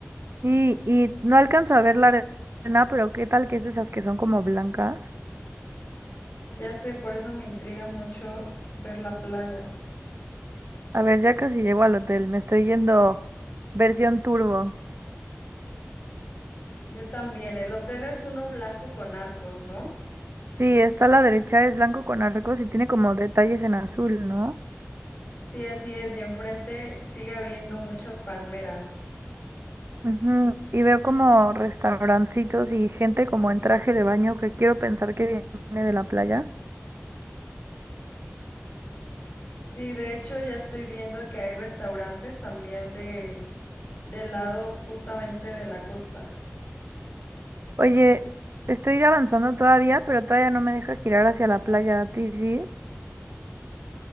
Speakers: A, on the right (about 50°); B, on the left (about 60°).
A: Sí, y no alcanzo a ver la arena, pero ¿qué tal que es de esas que son como blancas?
B: Ya sé, por eso me intriga mucho ver la playa.
A: A ver, ya casi llego al hotel. Me estoy yendo versión turbo.
B: Yo también, el hotel es uno blanco con arcos, ¿no?
A: Sí, está a la derecha, es blanco con arcos y tiene como detalles en azul, ¿no?
B: Sí, así es, y enfrente sigue habiendo muchas palmeras.
A: Ujú, Y veo como restaurancitos y gente como en traje de baño que quiero pensar que viene de la playa.
B: Sí, de hecho ya estoy viendo que hay restaurantes también de del lado justamente de la costa.
A: Oye, estoy avanzando todavía, pero todavía no me deja girar hacia la playa, ¿a ti sí?